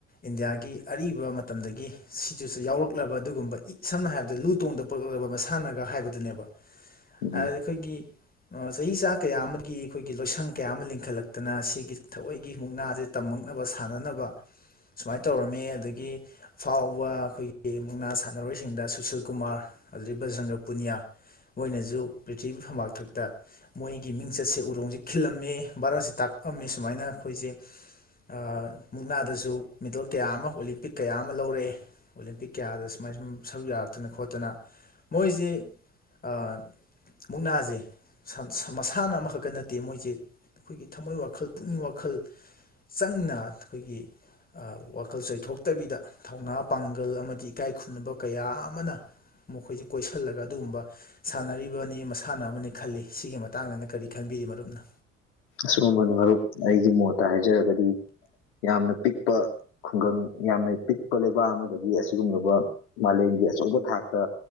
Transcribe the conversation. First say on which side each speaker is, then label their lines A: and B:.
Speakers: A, on the left; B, on the left.
A: ꯏꯟꯗꯤꯌꯥꯒꯤ ꯑꯔꯤꯕ ꯃꯇꯝꯗꯒꯤ ꯁꯤꯖꯁꯨ ꯌꯥꯎꯔꯛꯂꯕ ꯑꯗꯨꯒꯨꯝꯕ ꯁꯝꯅ ꯍꯥꯏꯔꯕꯗ ꯂꯨ ꯇꯣꯡꯗ ꯄꯛꯂꯛꯂꯕ ꯃꯁꯥꯟꯅꯒ ꯍꯥꯏꯕꯗꯨꯅꯦꯕ
B: ꯎꯝ
A: ꯑꯥ ꯑꯩꯈꯣꯏꯒꯤ ꯆꯍꯤꯆꯥ ꯀꯌꯥ ꯑꯃꯒꯤ ꯑꯩꯈꯣꯏꯒꯤ ꯂꯣꯏꯁꯪ ꯀꯌꯥ ꯑꯃ ꯂꯤꯡꯈꯠꯂꯛꯇꯅ ꯁꯤꯒꯤ ꯊꯑꯣꯏꯒꯤ ꯃꯨꯛꯅꯥꯁꯦ ꯇꯝꯃꯛꯅꯕ ꯁꯥꯟꯅꯅꯕ ꯁꯨꯃꯥꯏꯅ ꯇꯧꯔꯝꯃꯦ ꯑꯗꯒꯤ ꯑꯐꯥꯎꯕ ꯑꯩꯈꯣꯏꯒꯤ ꯃꯨꯛꯅꯥ ꯁꯥꯟꯅꯔꯣꯏꯁꯤꯡꯗ ꯁꯨꯁꯤꯜ ꯀꯨꯃꯥꯔ ꯑꯗꯨꯗꯒꯤ ꯕꯖꯖꯟꯒ꯭ꯔ ꯄꯨꯅꯤꯌꯥ ꯃꯣꯏꯅꯁꯨ ꯄ꯭ꯔꯤꯊꯤꯕꯤ ꯐꯝꯕꯥꯛꯊꯛ ꯇ ꯃꯣꯏꯒꯤ ꯃꯤꯡꯆꯠꯁꯦ ꯎꯔꯣꯡꯁꯦ ꯈꯤꯜꯂꯝꯃꯦ ꯚꯥꯔꯠꯁꯦ ꯇꯥꯛꯑꯝꯃꯦ ꯁꯨꯃꯥꯏꯅ ꯑꯩꯈꯣꯏꯁꯦ ꯑꯥ ꯃꯨꯛꯅꯥꯗꯁꯨ ꯃꯦꯗꯜ ꯀꯌꯥ ꯑꯃ ꯑꯣꯂꯦꯝꯄꯤꯛ ꯀꯌꯥ ꯑꯃ ꯂꯧꯔꯛꯑꯦ ꯑꯣꯂꯦꯝꯄꯤꯛ ꯀꯌꯥꯗ ꯁꯨꯃꯥꯏ ꯁꯨꯝ ꯁꯔꯨꯛ ꯌꯥꯔꯛꯇꯅ ꯈꯣꯠꯇꯅ ꯃꯣꯏꯁꯦ ꯑꯥ ꯃꯨꯛꯅꯥꯁꯦ ꯃꯁꯥꯟꯅ ꯑꯃꯈꯛꯇ ꯅꯠꯇꯦ ꯃꯣꯏꯁꯦ ꯑꯩꯈꯣꯏꯒꯤ ꯊꯝꯃꯣꯏ ꯋꯥꯈꯜ ꯄꯨꯛꯅꯤꯡ ꯋꯥꯈꯜ ꯆꯪꯅ ꯑꯩꯈꯣꯏꯒꯤ ꯋꯥꯈꯜ ꯆꯣꯏꯊꯣꯛꯇꯕꯤꯗ ꯊꯧꯅꯥ ꯄꯥꯡꯒꯜ ꯑꯃꯗꯤ ꯏꯀꯥꯏ ꯈꯨꯝꯅꯕ ꯀꯌꯥ ꯑꯃꯅ ꯃꯈꯣꯏꯁꯦ ꯀꯣꯏꯁꯤꯜꯂꯒ ꯑꯗꯨꯒꯨꯝꯕ ꯁꯥꯟꯅꯔꯤꯕꯅꯤ ꯃꯁꯥꯟꯅ ꯑꯃꯅꯤ ꯈꯜꯂꯤ ꯁꯤꯒꯤ ꯃꯇꯥꯡꯗꯅ ꯀꯔꯤ ꯈꯟꯕꯤꯔꯤ ꯃꯔꯨꯞꯅ
B: ꯑꯁꯨꯝꯕꯅꯤ ꯃꯔꯨꯞ ꯑꯩꯒꯤ ꯃꯣꯠꯇ ꯍꯥꯏꯖꯔꯒꯗꯤ ꯌꯥꯝꯅ ꯄꯤꯛꯄ ꯈꯨꯡꯒꯪ ꯌꯥꯝꯅ ꯄꯤꯛꯄ ꯂꯩꯕꯥꯛ ꯑꯃꯗꯒꯤ ꯑꯁꯤꯒꯨꯝꯂꯕ ꯃꯥꯂꯦꯝꯒꯤ ꯑꯆꯧꯕ ꯊꯥꯛꯇ